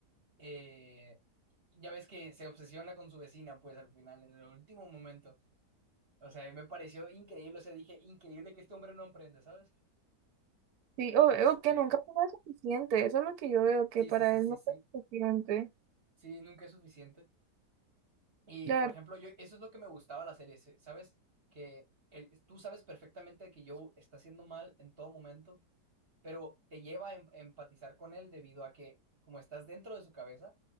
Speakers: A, on the right (about 40°); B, on the right (about 70°).
A: eh, ya ves que se obsesiona con su vecina, pues al final, en el último momento. O sea, me pareció increíble. O sea, dije, increíble que este hombre no aprende, ¿sabes?
B: Sí,
A: De
B: o,
A: este...
B: o que nunca fue suficiente, eso es lo que yo veo, que
A: Sí,
B: para
A: sí, sí,
B: él
A: sí,
B: no
A: sí.
B: fue suficiente.
A: Sí, nunca es suficiente. Y
B: Claro,
A: por ejemplo, yo eso es lo que me gustaba de la serie, se- ¿sabes? Que el, tú sabes perfectamente que Joe está haciendo mal en todo momento, pero te lleva a em- empatizar con él debido a que, como estás dentro de su cabeza,